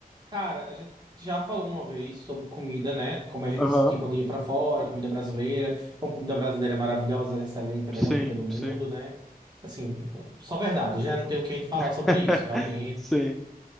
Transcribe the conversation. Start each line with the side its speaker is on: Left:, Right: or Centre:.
Right: Cara, a gente já falou uma vez sobre comida, né? Como a gente
Centre: Aham.
Right: sentia quando ia pra fora, comida brasileira, como comida brasileira é maravilhosa, excelente, a melhor
Centre: Sim,
Right: comida do mundo,
Centre: sim.
Right: né? Assim, só verdade, já não tem o que a gente falar
Centre: <laughs>
Right: sobre isso. Realmente,
Centre: Sim.